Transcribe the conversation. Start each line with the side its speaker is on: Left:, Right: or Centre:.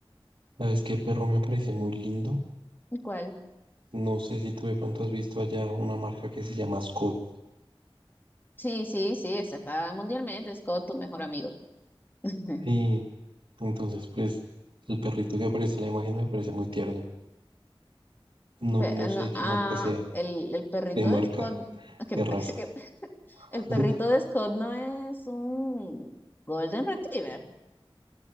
Right: ¿Sabes qué perro me parece muy lindo?
Left: ¿Cuál?
Right: No sé si tú de pronto has visto allá una marca que se llama Scott.
Left: Sí, sí, sí, esa está mundialmente, Scott, tu mejor amigo. <laughs>
Right: Sí, entonces pues el perrito que aparece en la imagen me parece muy tierno. No,
Left: Pe-
Right: no
Left: eh, no,
Right: sé qué
Left: ah,
Right: marca sea,
Left: el, el perrito
Right: qué marca,
Left: de Scott, <laughs> que-
Right: qué raza.
Left: que- el
Right: <laughs>
Left: perrito de Scott no es un Golden Retriever.